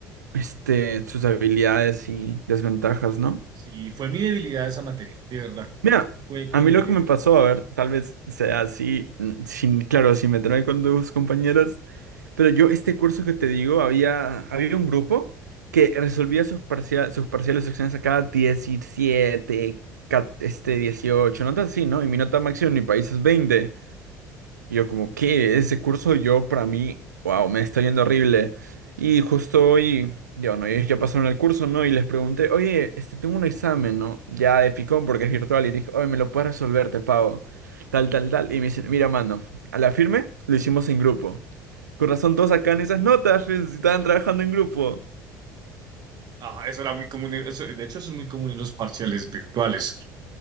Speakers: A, on the right; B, on the right.
A: este, sus habilidades y desventajas, ¿no?
B: Sí, fue mi debilidad esa materia, de verdad,
A: Mira,
B: fue mi
A: a mí
B: debilidad.
A: lo que me pasó, a ver, tal vez sea así, mm, sin, claro, sin meterme con tus compañeros, Pero yo, este curso que te digo, había, había un grupo que resolvía sus, parciales sus parciales, sus exámenes acá 17, ca- este, 18 notas así, ¿no? Y mi nota máxima en mi país es veinte Y yo como, ¿qué? Ese curso yo, para mí, wow, me está yendo horrible. Y justo hoy, ya, bueno, ellos ya pasaron el curso, ¿no? Y les pregunté, oye, este, tengo un examen, ¿no? Ya de picón porque es virtual. Y dije, oye, ¿me lo puedes resolver? Te pago. Tal, tal, tal. Y me dicen, mira, mano, a la firme lo hicimos en grupo. Con razón todos sacan esas notas, fe, si estaban trabajando en grupo.
B: Ah, eso era muy común, en- eso- de hecho, eso es muy común en los parciales virtuales.